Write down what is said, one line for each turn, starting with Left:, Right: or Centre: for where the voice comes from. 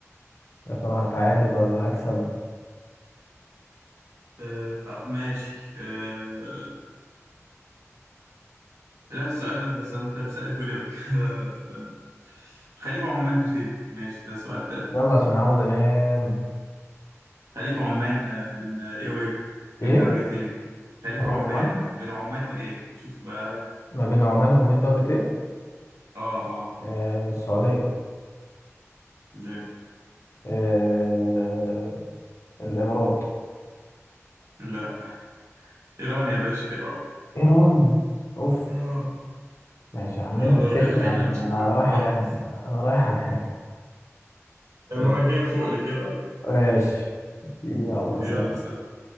Left: يا ترى هتعادل ولا هكسب
Right: آه آه، ماشي آه لا السؤال ده أنت أنت اللي سأله لي قبل كده <laughs> لا لا استنى خليج عمان فين؟ ماشي ده سؤال حلو
Left: يلا عشان عاوز أنام
Right: خليج عمان آه، بين آه، ايه وايه
Left: إيه
Right: بين دولتين خليج
Left: خليج
Right: عمان
Left: عمان
Right: بين عمان وايه شوف بقى
Left: ما بين عمان وما بين دولة إيه
Right: اه اه
Left: آه السعودية
Right: لا
Left: آه الإمارات
Right: لا ايران يا باشا ايران
Left: إيران أوف
Right: اه
Left: ماشي يا عم
Right: يلا
Left: انت كسبت
Right: روح <laughs> روح
Left: يا عم
Right: نمسك
Left: انا
Right: لك بطاقة
Left: رايح انام انا رايح انام <laughs>
Right: المرة
Left: يلا.
Right: الجاية فوق لي كده
Left: ماشي يلا
Right: يلا
Left: سلام
Right: سلام